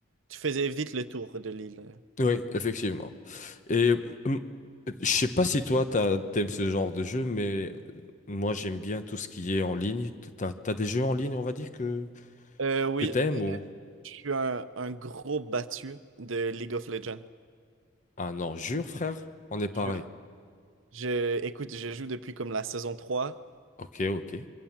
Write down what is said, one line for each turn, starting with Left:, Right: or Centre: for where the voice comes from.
Right: Tu faisais vite le tour de l'île.
Left: Oui, effectivement. Et hum, je sais pas si toi, t'as- t'aimes ce genre de jeu, mais euh, moi, j'aime bien tout ce qui est en ligne. T'as, t'as des jeux en ligne, on va dire, que,
Right: Euh, oui,
Left: que t'aimes
Right: euh,
Left: ou...
Right: je suis un, un gros battu de League of Legends.
Left: Ah non, jure, frère, on est pareil.
Right: Jure. Je, écoute, je joue depuis comme la saison 3.
Left: Ok, ok.